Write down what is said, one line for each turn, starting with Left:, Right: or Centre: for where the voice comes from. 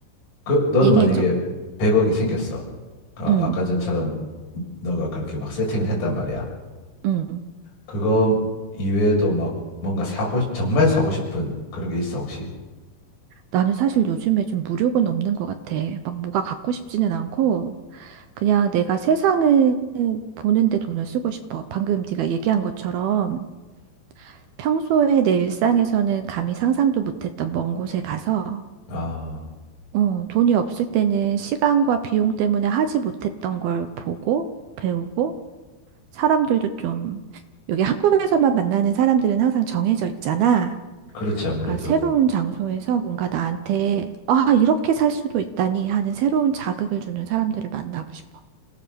Left: 그, 너는
Right: 얘기해줘.
Left: 만약에 100억이 생겼어. 그러니까
Right: 응,
Left: 아까 전처럼 너가 그렇게 막 세팅을 했단 말이야.
Right: 응.
Left: 그거 이외에도 막 뭔가 사고, 정말 사고 싶은 그런 게 있어, 혹시?
Right: 나는 사실 요즘에 좀 무력은 없는 것 같아. 막 뭐가 갖고 싶지는 않고 그냥 내가 세상을 보는데 돈을 쓰고 싶어. 방금 네가 얘기한 것처럼 평소에 내 일상에서는 감히 상상도 못했던 먼 곳에 가서
Left: 아,
Right: 어, 돈이 없을 때는 시간과 비용 때문에 하지 못했던 걸 보고 배우고 사람들도 좀, 여기 한국에서만 만나는 사람들은 항상 정해져 있잖아.
Left: 그렇지, 아무래도.
Right: 그러니까 새로운 장소에서 뭔가 나한테, 아, 이렇게 살 수도 있다니 하는 새로운 자극을 주는 사람들을 만나고 싶어.